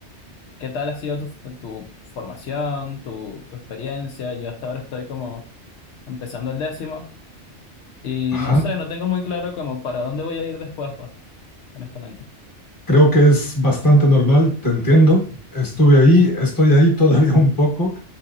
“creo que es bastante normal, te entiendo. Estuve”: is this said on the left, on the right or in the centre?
Left